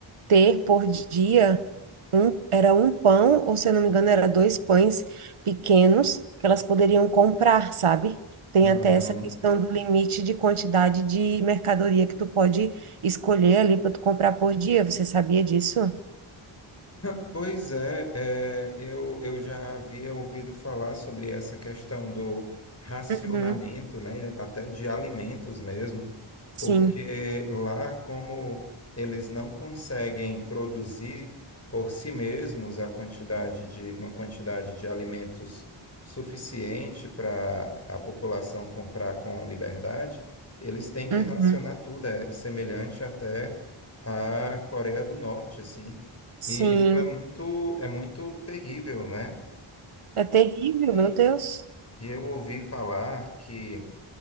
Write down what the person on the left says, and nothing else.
Aham.
<laughs> Pois é, é, eu, eu já havia ouvido falar sobre essa questão do racionamento,
né, até de alimentos mesmo,
porque lá, como eles não conseguem produzir por si mesmos a quantidade de, uma quantidade de alimentos suficiente para a população comprar com liberdade, eles têm que
racionar tudo, é semelhante até à Coreia do Norte, assim.
E isso é muito, é muito terrível, né?
E,
e eu ouvi falar que